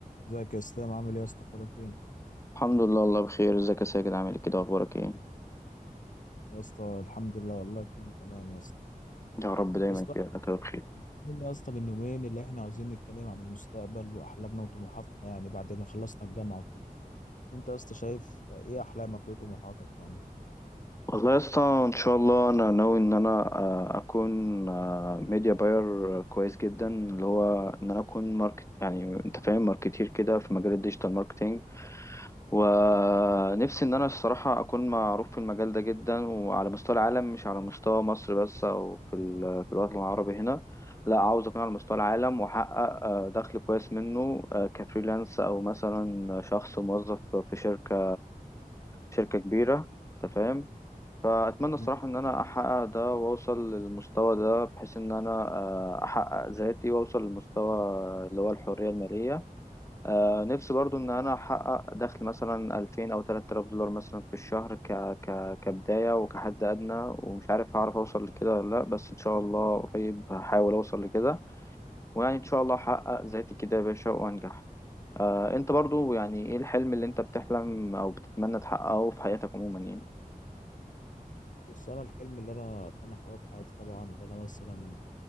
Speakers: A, on the left (about 60°); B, on the left (about 20°).
A: ازيك يا اسلام عامل ايه يا اسطى اخبارك ايه
B: الحمد لله الله بخير ازيك يا ساجد عامل ايه كده اخبارك ايه
A: يا اسطى الحمد لله والله كله تمام يا اسطى
B: يا رب دايما
A: يا اسطى
B: كده كده بخير
A: اتكلمنا يا اسطى من يومين اللي احنا عاوزين نتكلم عن المستقبل واحلامنا وطموحاتنا يعني بعد ما خلصنا الجامعه وكده انت يا اسطى شايف ايه احلامك وايه طموحاتك يعني
B: والله يا اسطى ان شاء الله انا ناوي ان انا آه، اكون ميديا باير كويس جدا اللي هو ان انا اكون ماركت يعني انت فاهم ماركتير كده في مجال الديجيتال ماركتينج ونفسي ان انا الصراحه اكون معروف في المجال ده جدا وعلى مستوى العالم مش على مستوى مصر بس او في ال- في الوطن العربي هنا لا عاوز اكون على مستوى العالم واحقق آه، دخل كويس منه آه، كفريلانس او مثلا شخص موظف في شركه شركه كبيره انت فاهم فاتمنى الصراحه
A: مم.
B: ان انا احقق ده واوصل للمستوى ده بحيث ان انا آه، احقق ذاتي واوصل للمستوى اللي هو الحريه الماليه آه، نفسي برضو ان انا احقق دخل مثلا 2000 او 3000 دولار مثلا في الشهر ك... ك... كبداية وكحد ادنى ومش عارف هعرف اوصل لكده ولا لا بس ان شاء الله قريب هحاول اوصل لكده ويعني ان شاء الله احقق ذاتي كده يا باشا وانجح آه، انت برضو يعني ايه الحلم اللي انت بتحلم او بتتمنى تحققه في حياتك عموما يعني
A: بص انا الحلم اللي انا اتمنى احققه في حياتي طبعا اللي انا مثلا